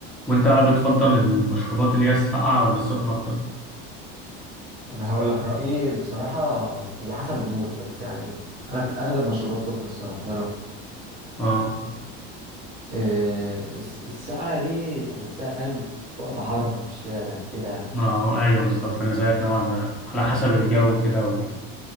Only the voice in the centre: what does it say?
وانت بقى بتفضل المشروبات اللي هي الساقعة ولا السخنة اكتر
اه
اه ايوه بالظبط انا زيك نوعا ما على حسب الجو كده و...